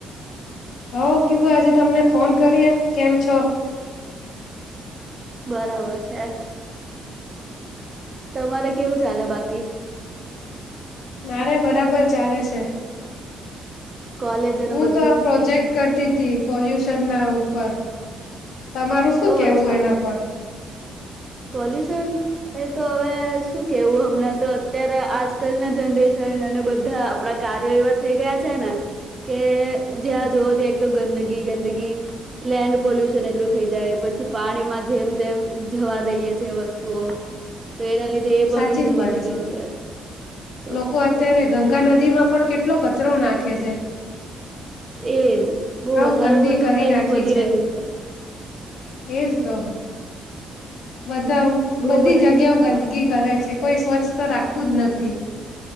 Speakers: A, on the left; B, on the right.
A: હઉ કીધું આજે તમને ફોન કરીએ કેમ છો?
B: બરાબર છે. તમારે કેવું ચાલે બાકી?
A: મારે બરાબર ચાલે છે.
B: કોલેજ અને
A: હું
B: બધું
A: તો આ પ્રોજેક્ટ કરતી પોલ્યુશન ના ઉપર. તમારું શું
B: ઓ
A: કેવું
B: અચ્છા
A: એના પર? <inaudible>
B: પોલ્યુશન એ તો હવે શું કેવું હમણાં તો અત્યારે આજકાલ ના જનરેશન અને બધા આપડા કાર્યો એવા થઈ ગયા છે ને કે જ્યાં જોવ ત્યાં એક તો ગંદગી ગંદગી લેન્ડ પોલ્યુશન એટલું થઈ જાય પછી પાણીમાં જેમ તેમ જવા દઈ. ઈ છે વસ્તુઓ. લીધે એ
A: સાચી
B: પોલ્યુશન વધી
A: વાત છે
B: ગયું તો
A: લોકો અત્યારે ગંગા નદી માં પણ કેટલો ક કચરો નાખે છે.
B: એજ બહુ
A: આવ
B: વધારે
A: ગંદી
B: પડતું
A: કરી
B: જ લાઈક
A: નાખી
B: વધી રહ્યું છે.
A: એજ તો. બધા
B: બહુ
A: બધી
B: વધારે
A: જગ્યાઓ ગંદગી
B: હા
A: કરે છે કોઈ સ્વચ્છ તો રાખતું જ નથી.